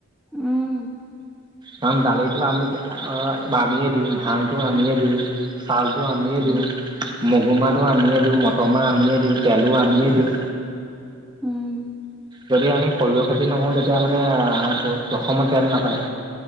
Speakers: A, in the centre; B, on the right.
A: উম।
B: কাৰণ দালিটো আমি আমিয়ে দিওঁ, ধানটো আমিয়ে দিওঁ। চাউলটো আমিয়ে
A: উম
B: দিওঁ, মগু মাহটো আমিয়ে দিওঁ, মটৰ মাহ আমিয়ে দিওঁ, তেলো আমিয়ে দিওঁ।
A: উম।
B: যদি আমি সৰিয়হ খেতি নকৰোঁ, তেতিয়া মানে অসমত তেল নাপায়।